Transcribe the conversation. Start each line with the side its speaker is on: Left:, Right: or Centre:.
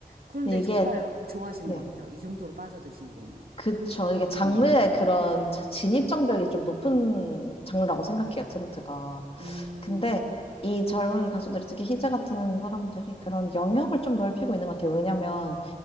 Right: 그런데
Left: 근데 이게,
Right: 정말 좋아하시는
Left: 네.
Right: 것 같아요. 이 정도로 빠져드시는 거 보면.
Left: 그쵸. 이게 장르의
Right: 음.
Left: 그런 자- 진입장벽이 좀 높은 장르라고 생각해요, 트로트가.
Right: 음.
Left: 근데 이 젊은 가수들, 특히 희재 같은 사람들이 그런 영역을 좀 넓히고 있는 것 같아요. 왜냐면